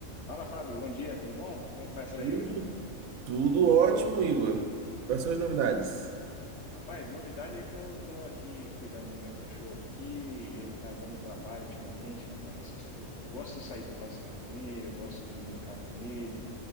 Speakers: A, on the left; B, on the right.
A: Fala, Fábio. Bom dia, tudo bom? Como é que vai por
B: Tudo,
A: aí hoje?
B: tudo ótimo, Igor. Quais são as novidades?
A: Rapaz, novidade é que eu tô aqui cuidando do meu cachorro aqui, ele tá dando trabalho ultimamente, rapaz. Eu gosto de sair para passear com ele, eu gosto de brincar com ele.